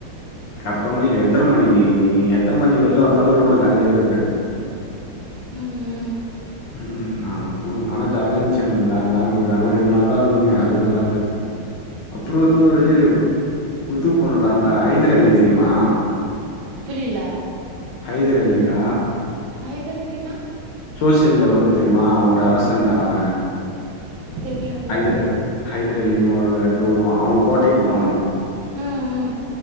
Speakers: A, on the left (about 70°); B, on the right (about 75°).
A: எப்பமே எத்தனை
B: ம்
A: மணிக்கி நீ நீ எத்தன மணிக்கு வெள்ல வந்தாலு ரோடு காலியாவே இருக்காது
B: ம் ம்
A: ம்ஹு நா ப்ப ஆனா ஜாலியா இருந்துச்ச அந்த பே பேங்களூர் ஆனா ரெண்டு நாள் தா இருந்தோமே அதே நல்லா இருந்துது அப்புறோ எதோ ஒருபுது
B: ம்
A: படோ தாண்டா ஹைதர் அலி தெரியுமா
B: புரியில
A: ஹதர் அலிடா
B: ஐதர் அலினா
A: சோசியல்ல வரு தெரியுமா ஒரு அரசன்டா அவ
B: தெரியாதே
A: ஐதர் அலி ஹைதர் அலின்னு ஒரு இது வருவா அவ கோட்டைக்கு போனோ
B: ம் ம்